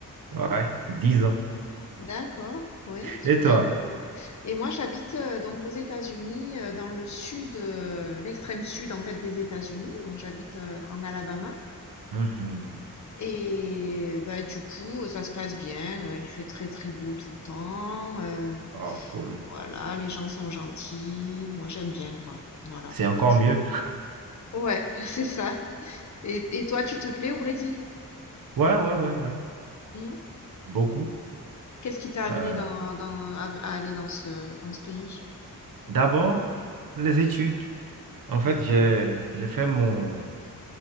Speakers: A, on the right; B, on the left.
A: ouais, 10 ans.
B: D'accord. D'accord, ouais, super.
A: Et toi?
B: Et moi, j'habite euh, donc aux États-Unis, euh, dans le sud, euh, l'extrême sud en fait des États-Unis. Donc, j'habite euh, en Alabama.
A: Mhm.
B: Et bah, du coup, ça se passe bien. euh, Il fait très très beau tout le temps. euh,
A: Oh, cool.
B: Voilà, les gens sont gentils. Moi, j'aime bien, quoi. Voilà.
A: C'est encore
B: C'est-
A: mieux.
B: Ouais, <laughs> c'est ça. Et, et toi, tu te plais au Brésil?
A: Ouais, ouais, ouais, ouais,
B: Hmm
A: beaucoup.
B: Qu'est-ce qui t'a amené
A: Euh,
B: dans, dans, à, à aller dans ce, dans ce pays?
A: d'abord, les études. En fait,
B: D'accord?
A: j'ai, j'ai fait mon,